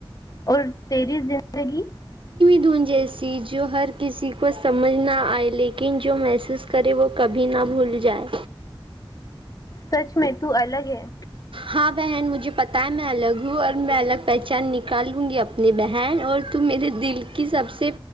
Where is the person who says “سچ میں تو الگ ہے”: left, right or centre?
Left